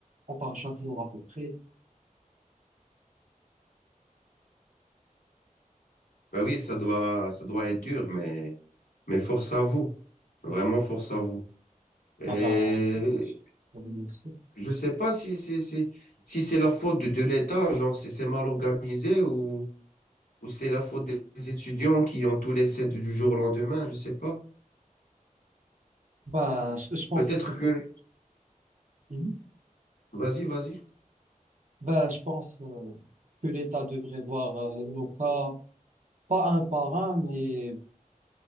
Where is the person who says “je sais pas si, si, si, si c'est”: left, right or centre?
Left